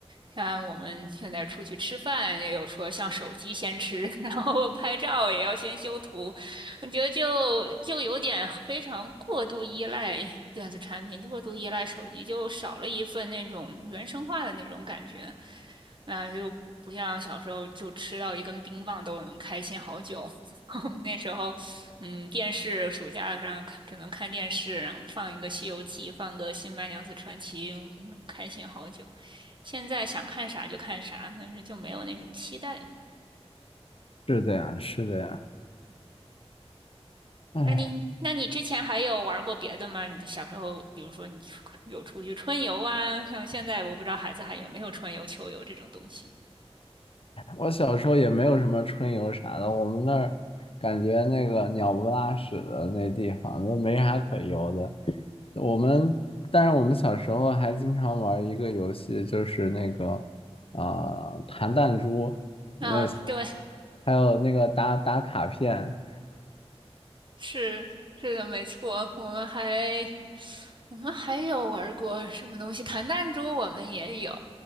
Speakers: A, on the right; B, on the left.
A: 像我们现在出去吃饭，也有说像手机先吃，<laughs> 然后拍照也要先修图，我觉得就就有点非常过度依赖电子产品，过度依赖手机，就少了一份那种原生化的那种感觉。嗯，就不像小时候就吃到一根冰棒都能开心好久。<laughs> 那时候，嗯，电视暑假上看只能看电视，然后放一个《西游记》，放个《新白娘子传奇》，嗯开心好久。现在想看啥就看啥，但是就没有那种期待。
B: 是的呀，是的呀，唉
A: 那你，那你之前还有玩过别的吗？你的小时候，比如说你出有出去春游啊，像现在我不知道孩子还有没有春游、秋游这种东西。
B: 我小时候也没有什么春游啥的，我们那儿感觉那个鸟不拉屎的那地方都没啥可游的。我们，但是我们小时候还经常玩一个游戏，就是那个啊、呃弹弹珠那些，
A: 啊，对，
B: 还有那个打打卡片，
A: 是是的，没错，我们还。我们还有玩过什么东西？弹弹珠我们也有，